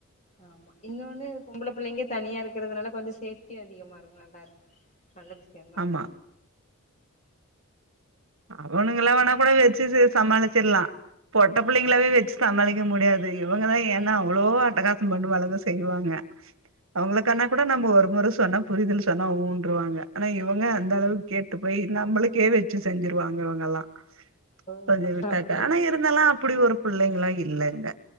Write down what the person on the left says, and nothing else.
ஆமா இன்னொன்னு பொம்பள புள்ளைங்க தனியா இருக்றதுனால கொஞ்சோ சேஃப்டியு அதிகமாருக்கு நல்லா இருக்கு நல்ல விஷ்யோ தா
அது
ஓ
அப்படியா